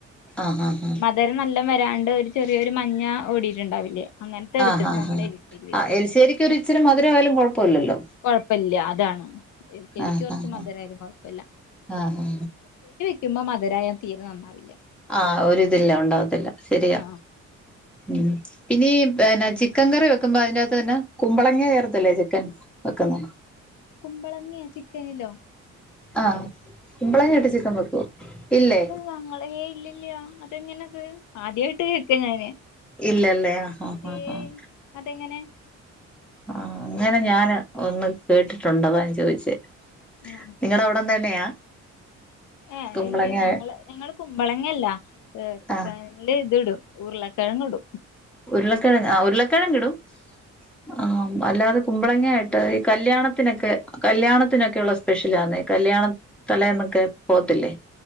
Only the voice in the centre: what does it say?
ആഹ് ആഹ് ആഹ്
ആഹ് ആഹ്
ആഹ്
ആ എരിശ്ശേരിക്കൊരു ഇച്ചിരി മധുരം ആയാലും കൊഴപ്പല്ലല്ലോ
ആഹ്
ആഹ്
ആഹ്
ആഹ്
ആഹ് ഒരുതില്ല ഉണ്ടാകത്തില്ല ശരിയാ
ഉം പിന്നെ ഈ എന്നാ ചിക്കൻ കറി വെക്കുമ്പോ അതിനകത്ത് തന്നെ കുമ്പളങ്ങ ചേർത്തല്ലേ ചിക്കൻ? വെക്ക്ന്നെ
ആഹ് കുമ്പളങ്ങയിട്ട് ചിക്കൻ വെക്കോ? ഇല്ലേ?
ഇല്ലല്ലേ? ആഹ്
ആഹ് ആഹ്
ആഹ് അങ്ങനെ ഞാന് ഒന്ന് കേട്ടിട്ടുണ്ട് അതാ ഞാൻ ചോദിച്ചേ?
നിങ്ങടെ അവിടം തന്നെയാ?
കുമ്പളങ്ങ
ആഹ്
ഉരുളക്കെഴങ് ആഹ് ഉരുളക്കെഴങ്ങ്ടും ആഹ് അല്ലാതെ കുമ്പളങ്ങായിട്ട് ഈ കല്യാണത്തിനൊക്കെ കല്യാണത്തിനൊക്കെയുള്ള സ്പെഷ്യലാന്നെ കല്യാണ തലേന്നൊക്കെ പോവത്തില്ലേ?